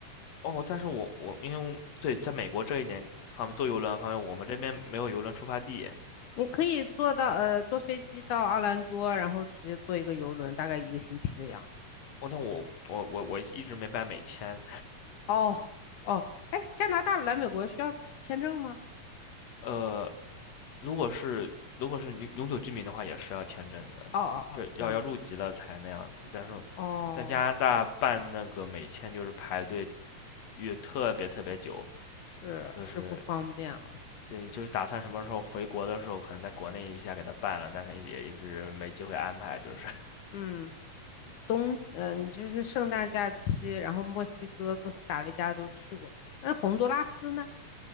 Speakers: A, on the left (about 60°); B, on the left (about 75°).
A: 哦，但是我我因为对在美国这一点方面坐游轮方面，我们这边没有游轮出发地。
B: 你可以坐到呃坐飞机到奥兰多，然后直接坐一个游轮，大概一个星期的样子。
A: 哦，但我我我我一直没办美签。
B: 哦哦，哎，加拿大来美国需要签证吗？
A: 呃，如果是如果是永永久居民的话，也是要签证的，
B: 哦哦哦，
A: 就要要入籍了才那样子。
B: 这样子。
A: 但是
B: 哦，
A: 在加拿大办那个美签就是排队也特别特别久，
B: 是是不方便哦。
A: 就是对，就是打算什么时候回国的时候，可能在国内一下给他办了，但是也一直没机会安排，就是 <laughs>
B: 嗯，冬嗯，你就是圣诞假期，然后墨西哥、哥斯达黎加都去过，那洪都拉斯呢？